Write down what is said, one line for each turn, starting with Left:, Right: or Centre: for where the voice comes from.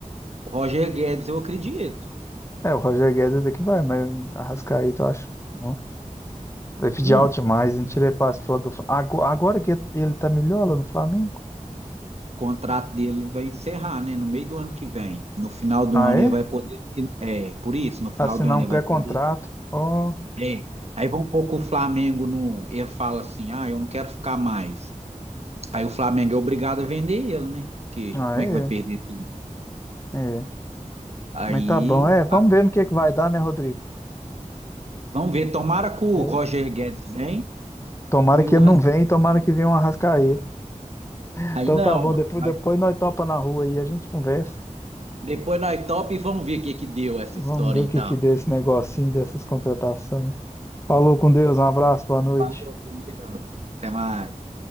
Right: O Roger Guedes, eu acredito.
Left: É, o Roger Guedes até que vai, mas Arrascaeta, eu acho. Não. Ele pediu
Right: Hum,
Left: alto demais,
Right: o
Left: não tirei fácil falar do Fla- Ago- Agora que ele tá melhor lá no Flamengo?
Right: contrato dele vai encerrar, né? No meio do ano que vem. No final do
Left: Ah,
Right: ano
Left: é?
Right: ele vai poder. É, por isso, no final
Left: Assinar
Right: do ano
Left: um
Right: ele
Left: pré-contrato.
Right: vai poder.
Left: Ó,
Right: É. Aí vão pouco o Flamengo no. Ele fala assim: ah, eu não quero ficar mais. Aí o Flamengo é obrigado a vender ele, né? Porque
Left: ah,
Right: como
Left: é?
Right: é que vai perder tudo?
Left: É.
Right: Aí
Left: Mas tá bom, é. Vamos
Right: a-
Left: ver no que é que vai dar, né, Rodrigo?
Right: vamos ver, tomara que o
Left: É.
Right: Roger Guedes vem
Left: Tomara
Right: e
Left: que
Right: o
Left: ele
Right: Rascaeta
Left: não venha, e tomara
Right: não.
Left: que venha um Arrascaeta. Então
Right: Aí não,
Left: tá bom,
Right: mano.
Left: depois,
Right: Aí
Left: depois nós topa na rua aí, a gente conversa.
Right: depois nós top e vamos ver o que que deu essa
Left: Vamos
Right: história
Left: ver
Right: então.
Left: o que que deu esse negocinho dessas contratações. Falou com Deus, um abraço, boa
Right: Então,
Left: noite.
Right: falou, com Deus. Até mais.